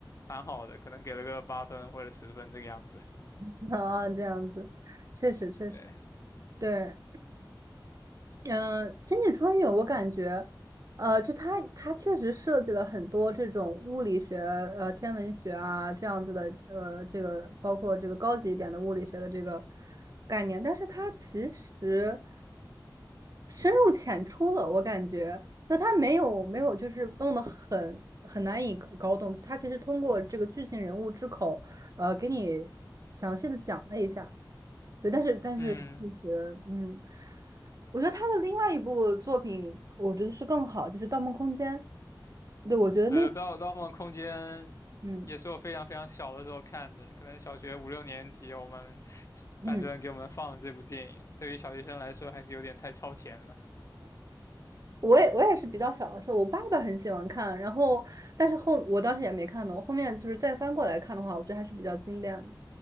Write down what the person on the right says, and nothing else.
<laughs> 啊，这样子，确实确实，
对，嗯，呃星际穿越我感觉，呃，就它它确实设计了很多这种物理学、呃天文学啊这样子的，呃，这个包括这个高级一点的物理学的这个概念，但是它其实深入浅出了，我感觉，那它没有没有就是弄得很很难以搞懂，它其实通过这个剧情人物之口，呃，给你详细的讲了一下，对，但是但是其实嗯。
我觉得他的另外一部作品，我觉得是更好，就是《盗梦空间》。对，我觉得那，
嗯
嗯，
我也我也是比较小的时候，我爸爸很喜欢看，然后但是后我当时也没看懂，我后面就是再翻过来看的话，我觉得还是比较经典的。